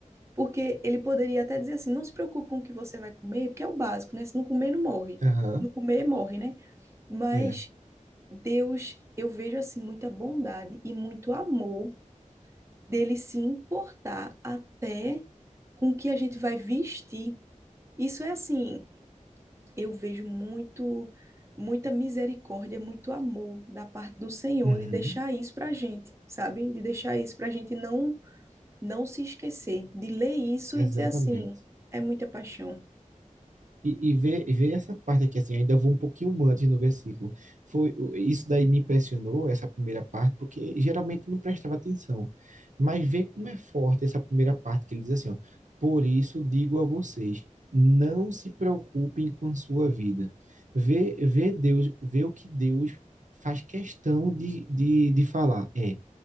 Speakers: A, on the right (about 20°); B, on the right (about 70°).
A: porque ele poderia até dizer assim, não se preocupe com o que você vai comer, porque é o básico, né? Se não comer, não morre.
B: Aham,
A: não comer, morre, né? Mas
B: é.
A: Deus, eu vejo assim muita bondade e muito amor dele se importar até com o que a gente vai vestir. Isso é assim, eu vejo muito, muita misericórdia, muito amor da parte do Senhor
B: Uhum.
A: de deixar isso para a gente, sabe? De deixar isso para a gente não, não se esquecer, de ler isso
B: Exatamente.
A: e dizer assim, é muita paixão.
B: E, e ver, e ver essa parte aqui, assim, ainda vou um pouquinho antes no versículo. Foi, o- isso daí me impressionou, essa primeira parte, porque geralmente eu não prestava atenção. Mas ver como é forte essa primeira parte, que ele diz assim, ó, por isso digo a vocês, não se preocupem com a sua vida. ver ver Deus, ver o que Deus faz questão de, de, de falar. É,